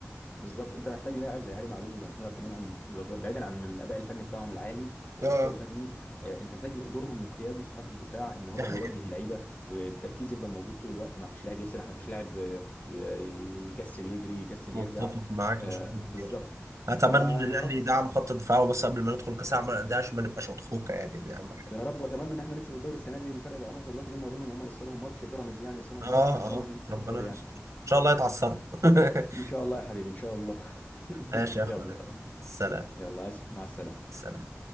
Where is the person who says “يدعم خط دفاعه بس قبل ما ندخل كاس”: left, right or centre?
Right